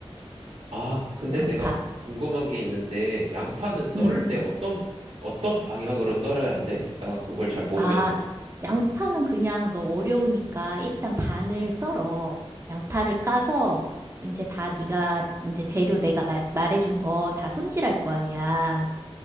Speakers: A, on the right; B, on the right.
A: 아, 근데
B: 양파.
A: 내가 궁금한 게 있는데, 양파는 썰을
B: 응,
A: 때
B: 응.
A: 어떤, 어떤 방향으로 썰어야 돼? 나 그걸 잘 모르겠어.
B: 아, 양파는 그냥 너 어려우니까 일단 반을 썰어. 양파를 까서 이제 다 네가 이제 재료 내가 말, 말해준 거 다 손질할 거 아니야.